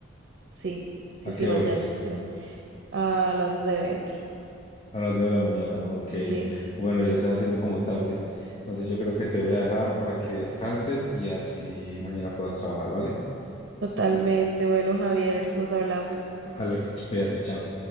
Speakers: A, on the right; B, on the left.
A: Sí, sí,
B: ¿A
A: sí,
B: qué
A: mañana
B: horas?
A: me voy. A las nueve entro.
B: A las nueve de la mañana. Ok.
A: Sí,
B: Bueno, ya se va haciendo como tarde. Entonces yo creo que te voy a dejar para que descanses y así mañana puedas trabajar, ¿vale?
A: totalmente. Bueno, Javier, nos hablamos.
B: Vale, cuídate, chao.